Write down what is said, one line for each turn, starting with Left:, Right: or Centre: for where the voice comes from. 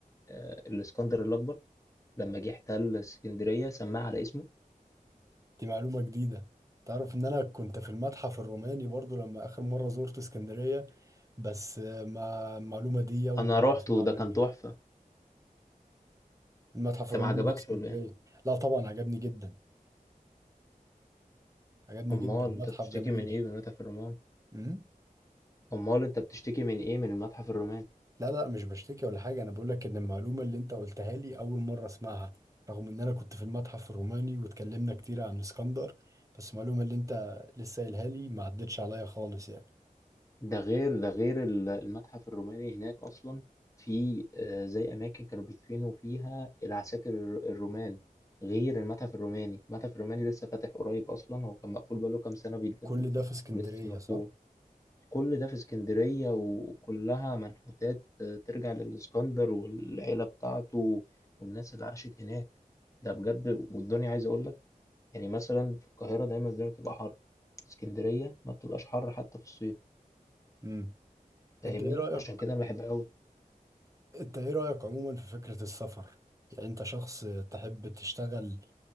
Left: آه الاسكندر الاكبر لما جه احتل اسكندريه سماها على اسمه
Right: دي معلومة جديدة تعرف إن أنا كنت في المتحف الروماني برضو لما آخر مرة زرت اسكندرية بس ما المعلومة دي أول
Left: انا
Right: مرة
Left: رحت
Right: أسمعها
Left: وده
Right: منك
Left: كان تحفه
Right: المتحف
Left: انت
Right: الروماني
Left: ما عجبكش
Right: في اسكندرية
Left: ولا ايه
Right: لا طبعا عجبني جدا عجبني
Left: امال
Right: جدا متحف
Left: انت بتشتكي
Right: جميل
Left: من ايه من متحف الرومان
Right: امم
Left: امال انت بتشتكي من ايه من المتحف الروماني
Right: لا لا مش بشتكي ولا حاجة أنا بقول لك إن المعلومة اللي أنت قلتها لي أول مرة أسمعها رغم إن أنا كنت في المتحف الروماني واتكلمنا كتير عن اسكندر بس المعلومة اللي أنت لسه قايلها لي ما عدتش عليا خالص يعني
Left: ده غير ده غير ال- المتحف الروماني هناك أصلا في آه، زي أماكن كانوا بيدفنوا فيها العساكر الرومان غير المتحف الروماني المتحف الروماني لسه فاتح قريب أصلا هو كان مقفول بقاله كام سنة بيتجدد
Right: كل ده في اسكندرية
Left: ولسه مفتوح
Right: صح؟
Left: كل ده في اسكندرية وكلها منحوتات آه، ترجع للإسكندر والعيلة بتاعته والناس اللي عاشت هناك ده بجد والدنيا عايز أقولك يعني مثلا في القاهرة دايما الدنيا بتبقى حر اسكندرية ما بتبقاش حر حتى في الصيف
Right: امم
Left: فاهمني
Right: أنت إيه رأيك
Left: عشان كده انا بحبها قوي
Right: أنت إيه رأيك عموما في فكرة السفر؟ يعني أنت شخص تحب تشتغل